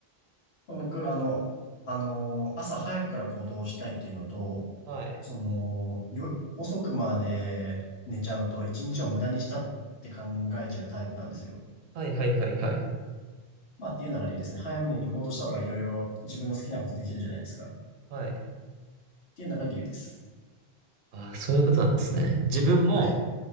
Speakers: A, on the left (about 90°); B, on the right (about 75°).
A: 僕、あの、あのー朝早くから行動したいっていうのと、
B: はい。
A: その、よ、遅くまで寝ちゃうと一日を無駄にしたって考えちゃうタイプなんですよ。
B: はいはいはいはい。
A: まあっていうのが理由ですね。早めに行動した方がいろいろ自分の好きなことできるじゃないですか。っ
B: はい。
A: ていうのが理由です。
B: ああ、そういうことなんですね。自分も
A: はい。